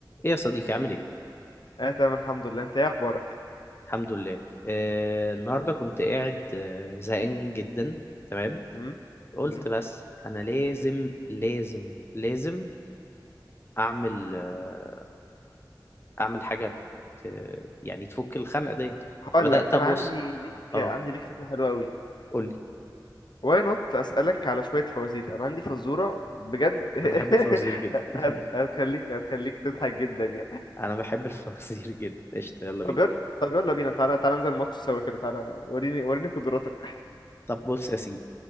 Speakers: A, on the left (about 30°); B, on the left (about 65°).
A: ايه يا صديقي عامل ايه
B: اه تمام الحمد لله انت ايه اخبارك
A: الحمد لله آه النهارده كنت قاعد آه، زهقان جدا تمام
B: امم
A: قلت
B: امم
A: بس انا لازم لازم لازم اعمل آه اعمل حاجه ت... يعني تفك الخنقه ديت
B: هقول
A: فبدات
B: لك
A: ابص
B: انا عندي ليك
A: اه
B: عندي ليك فكره حلوه قوي
A: قولي
B: واي نوت اسالك على شويه فوازير انا عندي فزوره بجد <laughs>
A: انا بحب الفوازير جدا <laughs>
B: هت... هتخليك هتخليك تضحك جدا يعني
A: انا بحب الفوازير جدا قشطه يلا بينا
B: طب يلا طب يلا بينا تعالى تعالى ننزل الماتش سوا كده تعالى وريني وريني قدراتك
A: طب بص يا سيدي